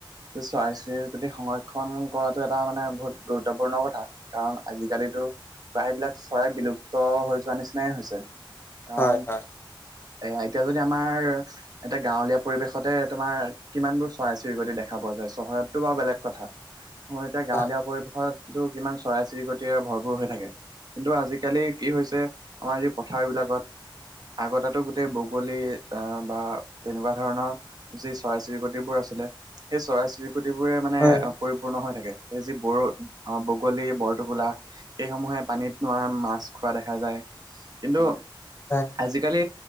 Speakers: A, on the right; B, on the left.
A: চৰাই-চিৰিকটি প্ৰতি সংৰক্ষণ কৰাটো এটা মানে বহুত গুৰুত্বপূৰ্ণ কথা। কাৰণ আজিকালিতো, প্ৰায়বিলাক চৰাই বিলুপ্ত হৈ যোৱা নিচিনাই হৈছে। কাৰণ
B: হয় হয়
A: এ এতিয়া যদি আমাৰ, এতিয়া গাঁৱলীয়া পৰিৱেশতে তোমাৰ কিমান বোৰ চৰাই-চিৰিকতি দেখা পোৱা যায়, চহৰতটো বাৰু বেলেগ কথা। মোৰ এতিয়া গাঁৱলীয়া
B: হয়
A: পৰিৱেশত কিন্তু কিমান চৰাই চিৰিকটিৰে ভৰপৰ হৈ থাকে, কিন্তু আজিকালি কি হৈছে, আমাৰ যি পথাৰ বিলাকত, আগতেটো গোটেই বগলী আহ বা তেনেকুৱা ধৰণৰ যি চৰাই-চিৰিকটিবোৰ আছিলে, সেই চৰাই-চিৰিকটিবোৰে
B: হয়
A: মানে পৰিপূৰ্ণ হৈ থাকে, সেই যি বড়-বগলী, বৰটোকোলা সেইসমূহে পানীত নোৱাৰা মাছ খোৱা দেখা যায়, কিন্তু
B: হয়।
A: আজিকালি,